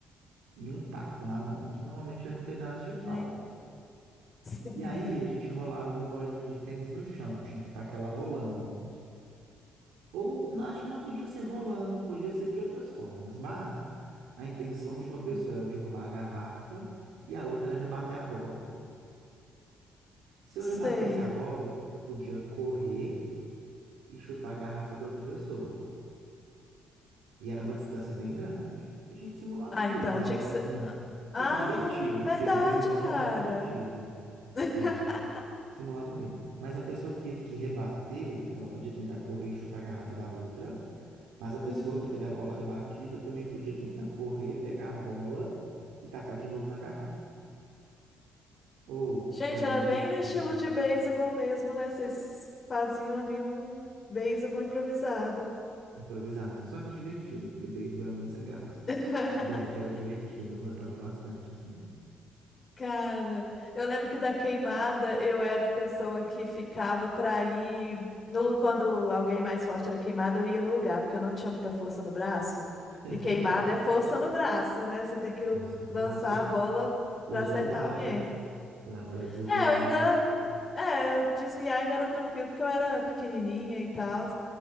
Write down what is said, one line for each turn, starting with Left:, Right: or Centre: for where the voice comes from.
Right: e um taco na mão, que normalmente era um pedaço de pau.
Left: gente. Sim.
Right: E aí a gente
Left: <laughs>
Right: rolava uma bolinha de tênis no chão, tinha que estar aquela rolando. Ou não, acho que não podia ser rolando, podia ser de outras formas, mas a intenção
Left: Hum,
Right: de uma pessoa era derrubar a garrafa e a outra era rebater a bola. Se
Left: Sei.
Right: eu rebatesse a bola, eu podia correr e chutar a garrafa da outra pessoa. E era uma distância bem grande. A gente simulava
Left: Ah,
Right: um
Left: então
Right: beisebol
Left: tinha que ser.
Right: assim,
Left: Ah,
Right: só que divertido,
Left: verdade,
Right: porque beisebol
Left: cara.
Right: não é divertido.
Left: <laughs>
Right: É, Simulava um beijo. Mas a pessoa que, que rebateu, ela podia tentar correr e chutar a garrafa da outra. Mas a pessoa
Left: Hum.
Right: que teve a bola rebatida também podia tentar correr, pegar a bola e tacar de novo na garrafa. Ou
Left: Gente,
Right: era bem
Left: era
Right: divertido,
Left: bem no estilo de beisebol mesmo, né? Vocês faziam ali um beisebol improvisado.
Right: improvisado. Só que divertido, porque beisebol é muito sem graça.
Left: <laughs>
Right: Bet era divertido, eu gostava bastante, assim.
Left: Cara, eu lembro que da queimada eu era a pessoa que ficava pra ir no, lu- quando alguém mais forte era queimada, eu ia no lugar, porque eu não tinha muita força no braço.
Right: <laughs>
Left: E queimada é força no braço, né? Você tem que
Right: Força no
Left: lançar
Right: braço
Left: a bola
Right: e
Left: pra
Right: agilidade
Left: acertar alguém.
Right: para desviar,
Left: É, eu ainda.
Right: né?
Left: É, desviar ainda era tranquilo, porque eu era pequenininha e tal.